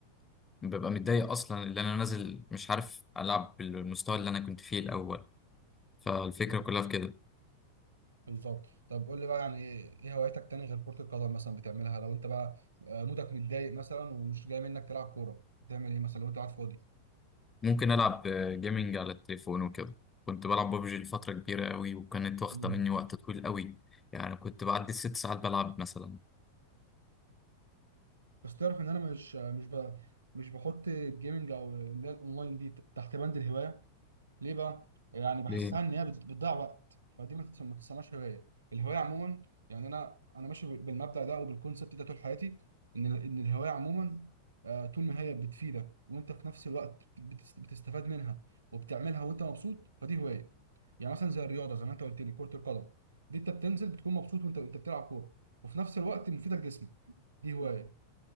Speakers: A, on the left (about 15°); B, on the right (about 75°).
A: ببقى متضايق اصلا اللي انا نازل مش عارف العب بالمستوى اللي انا كنت فيه الاول فالفكرة كلها في كده
B: بالظبط طب قول لي بقى يعني ايه إيه هواياتك تاني غير كره القدم مثلا بتعملها لو انت بقى آه، مودك متضايق مثلا ومش جاي منك تلعب كوره بتعمل ايه مثلا لو انت قاعد فاضي؟
A: ممكن ألعب جيمنج على التليفون وكده كنت بلعب ببجي لفترة كبيرة أوي وكانت واخدة
B: مم.
A: مني وقت طويل أوي يعني كنت بعدي الست ساعات بلعب مثلا
B: بس تعرف ان انا مش مش ب... مش بحط الجيمنج او اللي هي الاونلاين دي تحت بند الهوايه ليه بقى يعني بحسها
A: ليه؟
B: ان هي بت- بتضيع وقت فدي ما تتس- ما تسماش هوايه الهوايه عموما يعني انا انا ماشي بال- بالمبدأ ده او بالكونسبت ده طول حياتي ان ال- ان الهوايه عموما آه، طول ما هي بتفيدك وانت في نفس الوقت بتس- بتستفاد منها وبتعملها وانت مبسوط فدي هوايه يعني مثلا زي الرياضه زي ما انت قلت لي كره القدم دي انت بتنزل بتكون مبسوط وانت انت بتلعب كوره وفي نفس الوقت مفيده لجسمك دي هوايه